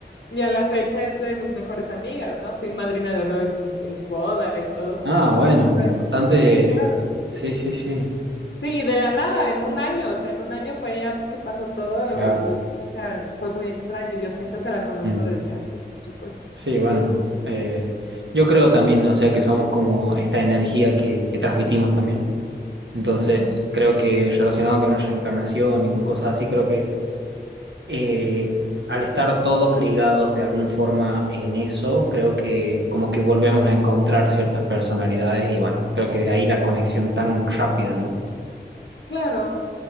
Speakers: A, on the left; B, on the right.
A: Y a la fecha es de mis mejores amigas, ¿no? Fui madrina de honor en su, en su boda y todo.
B: Ah, bueno,
A: Fue-
B: bastante.
A: Sí, claro.
B: Sí, sí, sí,
A: Sí, de la nada, en un año, o sea, en un año fue ya que pasó todo
B: claro.
A: y o sea, fue muy extraño. Yo siento que la conozco
B: Mm,
A: desde antes, por supuesto.
B: sí, bueno. eh, yo creo también, o sea, que somos como esta energía que, que transmitimos también. Entonces,
A: Ujú,
B: creo que relacionado con la reencarnación y con cosas así, creo que eh, al estar todos ligados de alguna forma en eso, creo que como que volvemos a encontrar ciertas personalidades y bueno, creo que de ahí la conexión tan rápida, ¿no?
A: Claro.